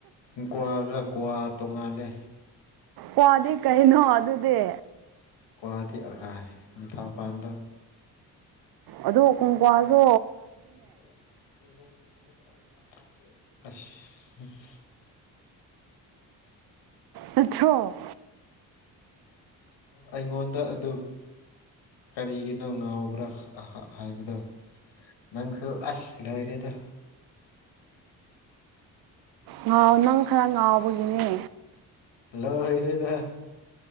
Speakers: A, on the left; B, on the right.
A: ꯀ꯭ꯋꯥꯒ ꯀ꯭ꯋꯥ ꯇꯣꯡꯉꯥꯜꯂꯦ
B: ꯋꯥꯗꯤ ꯀꯩꯅꯣ ꯑꯗꯨꯗꯤ
A: ꯀꯋꯥꯗꯤ ꯑꯒꯥ ꯃꯤꯊꯥ ꯄꯥꯟꯗꯥꯣ
B: ꯑꯗꯨꯗꯣ ꯀꯨꯡꯀ꯭ꯋꯥꯁꯨ
A: <inaudible>
B: ꯑꯆꯣ
A: ꯑꯩꯉꯣꯟꯗ ꯑꯗꯨ ꯀꯔꯤꯒꯤꯅꯣ ꯉꯥꯎꯕ꯭ꯔꯥ ꯍꯥꯏꯕꯗꯣ ꯅꯪꯁꯨ ꯑꯁ ꯂꯣꯏꯔꯦꯗ
B: ꯉꯥꯎ ꯅꯪ ꯈꯔ ꯉꯥꯎꯕꯒꯤꯅꯦ
A: ꯍꯜꯂꯣ ꯍꯤꯔꯦꯗ